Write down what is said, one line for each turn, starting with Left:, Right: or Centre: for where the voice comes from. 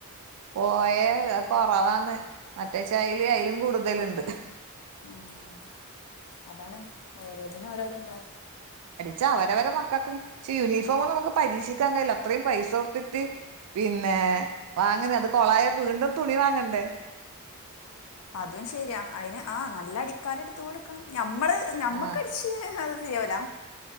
Right: പോയേ.. അ കൊറവാന്ന് മറ്റേച്ചായെല് അഇലും കൂട്തല്ണ്ട്
Left: ഉം.. അതാണ്, ഓരോന്നിന് ഓരോതുണ്ടാകും
Right: താ അവരവരെ മക്കക്ക്ഷെ യൂണിഫോമ മക്ക് പരീക്ഷിക്കാ കഴില്ല അത്രേം പൈസ കൊട്ത്തിട്ട് പിന്നെ.. ഏ. വാങ്ങുന്ന അത് കൊളായ വീണ്ടും തുണി വാങ്ങണ്ടേ
Left: <inaudible> അതും ശരിയാ അഇന് ആ.. നല്ല അടിക്കാരെടുത് കൊട്ക്കണം ഞമ്മള് ഞമ്മക്കടിച്ചഅ
Right: ആഹ്
Left: ചെയുല